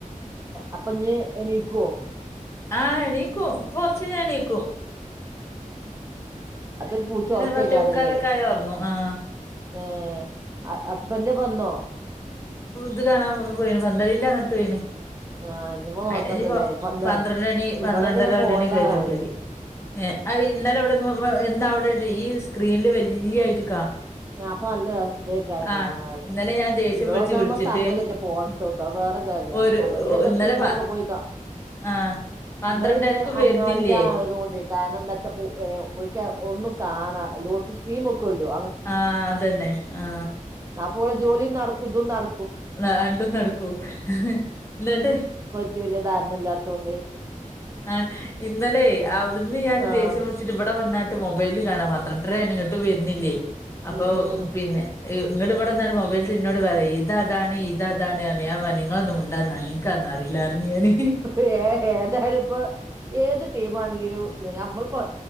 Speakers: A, on the right (about 20°); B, on the left (about 20°).
A: അപ്പോ ഇഞ്ഞ് എണിക്കുവോ
B: ആഹ എണീക്കൂ പൊറച്ച ഞാ എണീക്കൂ
A: അതൊരു പൂച്ച ഉറക്കേക്കാരല്ലേ
B: പത്തേ മുക്കാലൊക്കെ ആയാ ഒറങ്ങും ആഹ്
A: ഏർ ഹസ്ബൻഡ വന്നോ
B: അത് കാണാ പോയി പന്ത്രളിന്റെ അങ്ങോട്ട് പോയിന്
A: ആ ഇഞ്ഞിപ്പോ നോക്കണ്ടല്ലേ
B: അയിന്പ്പോ
A: പന്താണ്
B: പന്ത്രണ്ട മണി പന്ത്രണ്ടര
A: ഇവിടെങ്ങനെ
B: ഒ
A: ഫോണിലാ
B: മണിൊക്കെ ആയിട്ട്
A: കാണല്
B: വോക്കിയാൽ മതി ഏ ഇന്നലെ അവിടെന്ന് ഇന്ന്‌ അവിടെ <unintelligible> സ്ക്രീനില് വല്ല്യായിട്ട്
A: ഞാൻ അപ്പൊ നല്ല ഇതൊക്കെയാണ്
B: ആഹ്
A: കാണാന്
B: ഇന്നലെ ഞാൻ ദേഷ്യം
A: ഇവിടെ
B: പിടിച്ച്
A: വന്നാവുമ്പോ
B: വിളിച്ചിട്ട്
A: സമയം പോറത്തോട്ടോ <unintelligible>
B: ഒരു
A: അല്ലെങ്കിലൊക്കെ
B: ഇന്നലെ
A: സ്ക്രീനിലൊക്കെ
B: പ
A: പോയി കാ
B: ആഹ് പന്ത്രണ്ടരക്കും
A: ഇത് പിന്നെ അങ്ങാടിയില്
B: വരുന്നില്ലേ
A: ആയത് കൊണ്ടേ കാരണം എന്താ വച്ചാപ്പോ ഓൾക്ക് ഓ ഒന്നും കാണാ എല്ലാടത്തും സ്ക്രീൻ വക്കൂലോ
B: ആ അതന്നെ ആ
A: അതുപോലെ ജോലി നടക്കുന്നതും നട
B: ആ രണ്ടും നടക്കൂ ഇന്നട്ട്
A: വല്യ ധാരണല്ലാത്തോണ്ട്
B: ആ ഇന്നലെ അവിടുന്ന് ഞാൻ
A: ആഹ്
B: ദേഷ്യം പിടിച്ചിട്ട് ഇവിടെ വന്നാട്ട് മൊ മൊബൈല് കാണാ പന്ത്രണ്ടരായ്ണ് ഇങ്ങട്ടും വര്ന്നില്ലേ അപ്പൊ
A: ഉം ഉം
B: പിന്നെ ഇങ്ങട് വിടെന്നാണ്ട് മൊബൈൽസ് ഇന്നോട് പറെ ഇത് അതാണ് ഇതതാണർഞ് ഞാൻ പർഞ് ഇങ്ങളൊന്ന് മിണ്ടാന്നാണി എനിക്കതൊന്നും അറിയില്ല പറഞ്ഞ് ഞാന്
A: ഏ ഏതാലും പൊ ഏത് ടീം ആണെങ്കിലും നമ്മള്പ്പോ